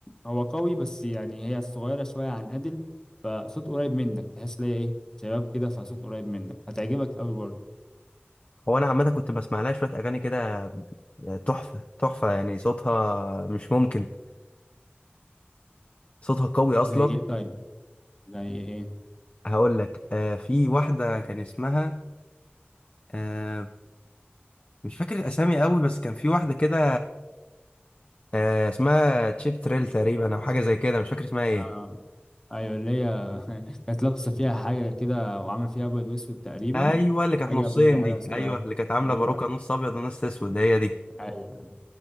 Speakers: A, on the left; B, on the left.
A: هو قوي بس يعني هي صغيرة شوية عن أديل فصوت قريب منك تحس ليا إيه شباب كده فصوت قريب منك هتعجبك قوي برضه
B: هو انا عامه كنت بسمع لها شويه اغاني كده آه، تحفه تحفه يعني صوتها مش ممكن صوتها قوي اصلا
A: زي إيه طيب زي إيه
B: وهقول لك آه، في واحده كان اسمها آه، مش فاكر الاسامي قوي بس كان في واحده كده آه، اسمها تشيب تريل تقريبا او حاجه زي كده مش فاكر اسمها ايه
A: آه أيوة اللي هي <laughs> كانت لابسة فيها حاجة كده وعاملة فيها أبيض وأسود تقريبا
B: ايوه اللي كانت
A: حاجة
B: نصين
A: بيضة
B: دي
A: حاجة سوداء
B: ايوه اللي كانت عامله
A: أيوة
B: باروكه نص ابيض ونص اسود هي دي
A: أيوة